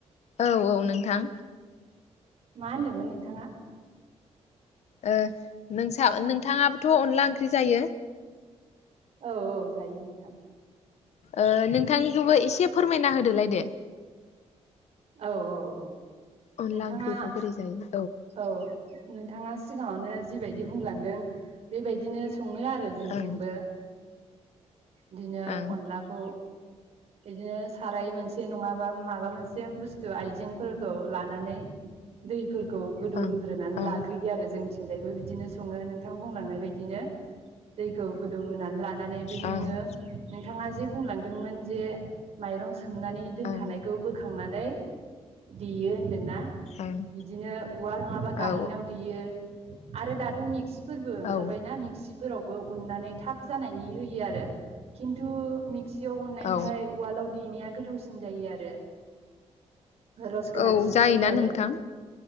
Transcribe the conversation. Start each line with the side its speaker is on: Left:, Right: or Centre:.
Left: औ औ नोंथां
Right: मा होनदोंमोन नोंथाङा
Left: ओ नोंसा नोंथाङाबो थ' अनला ओंख्रि जायो
Right: औ औ जायो नोंथां
Left: ओ नोंथांनिखौबो एसे फोरमायना होदोलाय दे
Right: औ औ औ
Left: अनला
Right: नोंथाङा
Left: ओंख्रिखौ बोरै जायो
Right: औ नोंथाङा सिगाङावनो जिबायदि बुंलांदों बेबायदिनो सङो आरो जोंथिंबो
Left: ओं
Right: बिदिनो
Left: ओं
Right: अनलाखौ बिदिनो साराय मोनसे नङाबा माबा मोनसे बुस्थु आइजेंफोरखौ लानानै दैफोरखौ गोदौ
Left: ओं
Right: होग्रोनानै
Left: ओं
Right: लाग्रोयो आरो जोंथिंजाय बिबो बिदिनो सङो नोंथां बुंलांनाय बायदिनो दैखौ गोदौ होनानै लानानै बै
Left: ओं
Right: नोङो नोंथाङा जे बुंलांदोंमोन जे माइरं सोमनानै दोनखानायखौ
Left: ओं
Right: बोखांनानै देयो होन्दोंना
Left: ओं
Right: बिदिनो उवाल नङाबा गाहेनाव
Left: औ
Right: देयो आरो दाथ' मिक्स सि फोरबो ओंखारबायना
Left: औ
Right: मिक्सिफोरावबो उननानै थाब जानायनि होयो आरो खिन्थु मिक्सियाव उननाय
Left: औ
Right: ओमफ्राय उवालाव देनाया गोथावसिन जायो आरो बे रस गोनांसिन
Left: औ जायोना
Right: जायो आरो
Left: नोंथां